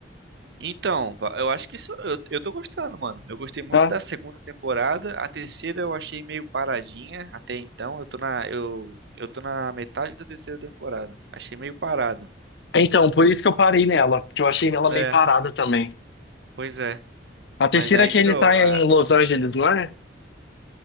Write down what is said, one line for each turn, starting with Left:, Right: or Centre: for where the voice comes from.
Right: Então, va- eu acho que isso eu, eu tô gostando, mano. Eu gostei muito
Left: Tá?
Right: da segunda temporada. A terceira eu achei meio paradinha até então. Eu tô na eu, eu tô na metade da terceira temporada. Achei meio parado.
Left: Então, por isso que eu parei nela, porque eu achei ela
Right: É,
Left: meio parada também.
Right: pois é.
Left: A terceira
Right: Mas aí
Left: é que
Right: de
Left: ele
Right: novo,
Left: tá em
Right: a,
Left: Los Angeles, não é?